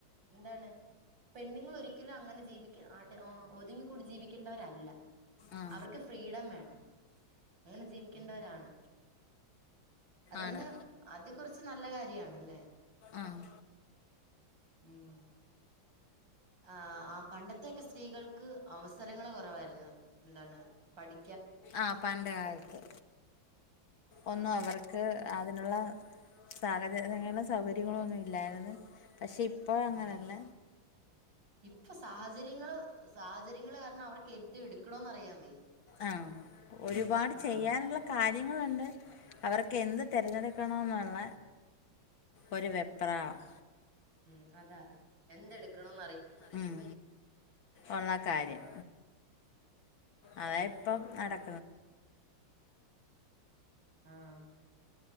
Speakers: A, on the right; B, on the left.
A: എന്താണ് പെണ്ണുങ്ങൾ ഒരിക്കലും അങ്ങനെ ജീവിക്ക ആട്ട് ആ ഒതുങ്ങിക്കൂടി ജീവിക്കേണ്ടവരല്ല
B: ആ
A: അവർക്ക് ഫ്രീഡം വേണം അങ്ങനെ ജീവിക്കേണ്ടവരാണ് അത് കൊണ്ട്
B: ആണ്
A: അത് കൊറച്ച് നല്ല കാര്യണ് അല്ലേ
B: ആ
A: ഉം ആഹ് ആ പണ്ടത്തെ ഒക്കെ സ്ത്രീകൾക്ക് അവസരങ്ങൾ കൊറവായിരുന്നു എന്താണ് പഠി
B: ആ പണ്ട് കാലത്ത് ഒന്നും അവർക്ക് അതിനുള്ള സാഹചര്യങ്ങളും സൗകര്യങ്ങളൊന്നും ഇ ഇല്ലായിര്ന്ന് പക്ഷെ ഇപ്പോ അങ്ങനെ
A: ആ
B: അല്ല
A: ഇപ്പൊ സാഹചര്യങ്ങള് സാഹചര് ര്യങ്ങൾ കാരണം അവർക്ക് എന്ത് എടുക്കണോന്ന് അറിയാൻ വയ്യ.
B: ആ ഒരുപാട്
A: ആഹ്
B: ചെയ്യാനുള്ള കാര് ര്യങ്ങളുണ്ട് അവർക്ക് എന്ത് തിരഞ്ഞെടുക്കണം എന്നുള്ള ഒരു വെപ്രാളം
A: ഉം അതാ എന്തെടുക്കണം
B: ഉം ഉള്ള കാര്യം അതാ ഇപ്പം നടക്
A: ആഹ്